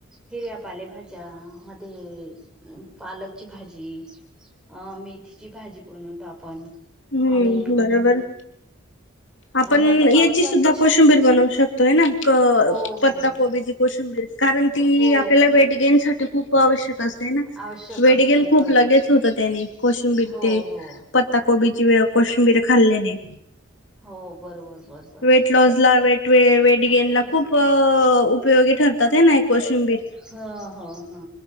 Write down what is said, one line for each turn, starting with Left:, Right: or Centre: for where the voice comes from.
Centre: हिरव्या पालेभाज्या मध्ये पालकची भाजी, अ मेथीची भाजी, बनवतो आपण
Left: हम्म
Centre: आणि
Left: बरोबर आपण
Centre: आणि आता पावसात
Left: याची सुद्धा
Centre: कशा
Left: कोशंबीर बनवू शकतो हेना
Centre: हो हो
Left: पत्ता कोबी कोशिंबीर कारण ती
Centre: हो
Left: आपल्याला वेट गेनसाठी खूप आवश्यक असते ना,
Centre: आवश्यक
Left: वेटगेन
Centre: असते
Left: खूप
Centre: बरोबर
Left: लगेच होत त्यानी कोशंबीर
Centre: हो
Left: ते
Centre: हो
Left: प कोबीची वे कोशिंबीर खाल्याने.
Centre: हो बरोबर बरोबर
Left: वेट लॉस ला, वेट वे वेट गेन
Centre: हो
Left: ला खूप अ उपयोगी ठरतात हे ना कोशिंबीर.
Centre: हा ह हां